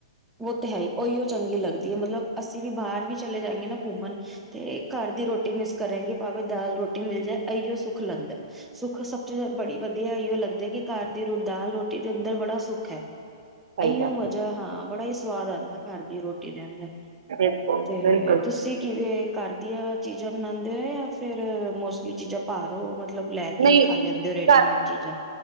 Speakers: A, in the centre; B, on the right.
A: ਔ ਤੇ ਹੈ ਹੀ ਔਹੀਓ ਚੰਗੀ ਲੱਗਦੀ ਵ ਮਤਲਬ ਅਸੀਂ ਵੀ ਬਾਹਰ ਵੀ ਚਲੇ ਜਾਏਗੇ ਨਾ ਘੁੰਮਣ ਤੇ ਘਰ ਦੀ ਰੋਟੀ ਮਿਸ ਕਰੇਗੇ ਭਾਵੇਂ ਦਾਲ ਰੋਟੀ ਮਿਲ ਜਾਏ ਇਓ ਸੁੱਖ ਲੰਗਦਾ ਸੁੱਖ ਸਭ ਤੋਂ ਬੜੀ ਵਧੀਆ ਇਓ ਲੱਗਦਾ ਕਿ ਘਰ ਦੀ ਰ ਦਾਲ ਰੋਟੀ ਦੇ ਅੰਦਰ ਬੜਾ ਸੁੱਖ ਹੈ
B: ਸਹੀ
A: ਅਈਓ
B: ਗੱਲ
A: ਮਜ਼ਾ
B: ਹੈ,
A: ਹਾਂ ਬੜਾ ਹੀ ਸਵਾਦ ਆਉਂਦਾ ਘਰ ਦੀ ਰੋਟੀ ਦੇ ਅੰਦਰ
B: ਬਿਲਕੁਲ
A: ਤੇ
B: ਬਿਲਕੁਲ
A: ਤੁਸੀਂ ਕਿਵੇਂ ਕਰਦੀ ਆ ਚੀਜ਼ਾਂ ਬਣਾਉਂਦੇ ਹੋ ਜਾਂ ਫੇਿਰ ਮੋਸਟਲੀ ਚੀਜ਼ਾਂ ਬਾਰੋ ਮਤਲਬ ਲੈ ਕੇ
B: ਨਹੀਂ
A: ਹੀ ਖਾ ਲੈਂਦੇ ਹੋ ਰੈਡੀਮੇਡ
B: ਘਰ
A: ਚੀਜ਼ਾਂ